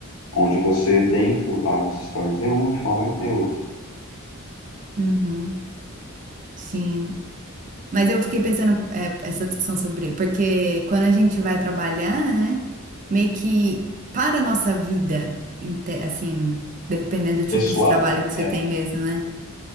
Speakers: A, on the left (about 75°); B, on the right (about 35°).
A: Onde você, dentro lá dos stories é um e fora é outro.
B: Uhum, sim. Mas eu fiquei pensando, é, essa discussão sobre. Porque quando a gente vai trabalhar, né? Meio que para a nossa vida, inte- assim, dependendo do tipo
A: pessoal,
B: de trabalho
A: né?
B: que você
A: É,
B: tem mesmo, né?